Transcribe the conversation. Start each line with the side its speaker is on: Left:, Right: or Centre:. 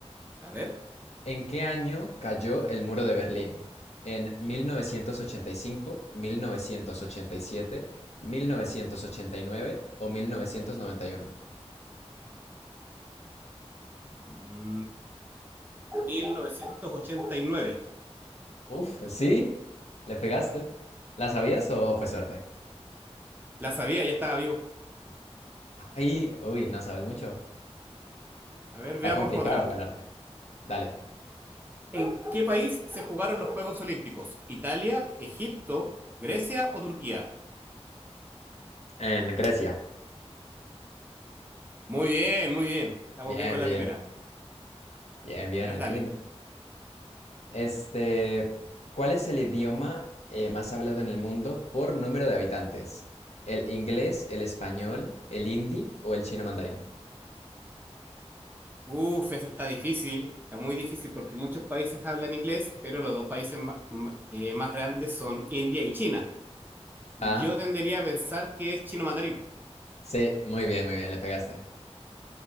Right: A ver,
Left: ¿En qué año cayó el muro de Berlín? ¿En mil mil mil novecientos novecientos novecientos ochenta ochenta y y cinco, siete, mil novecientos ochenta y nueve o mil novecientos noventa y uno.
Right: Mm, 1989.
Left: Uf, sí, le pegaste. ¿La sabías o fue suerte?
Right: La sabía, ya estaba vivo.
Left: Ay, uy, no sabes mucho.
Right: A ver,
Left: Está
Right: veamos
Left: complicado
Right: otra.
Left: ganarte. Dale.
Right: ¿En qué país se jugaron los Juegos Olímpicos? ¿Italia, Egipto, Grecia o Turquía?
Left: En Grecia.
Right: Muy bien, muy bien. Estamos
Left: Bien,
Right: bien con la
Left: bien,
Right: primera.
Left: bien, bien,
Right: A ver,
Left: al
Right: dale.
Left: fin. Este, ¿cuál es el idioma eh, más hablado en el mundo por número de habitantes? ¿El inglés, el español, el hindi o el chino mandarín?
Right: Uf, esa está difícil. Está muy difícil porque muchos países hablan inglés, pero los dos países ma- ma- eh, más grandes son India y China. Yo
Left: Ah,
Right: tendería a pensar que es chino mandarín.
Left: sí, muy bien, muy bien, le pegaste.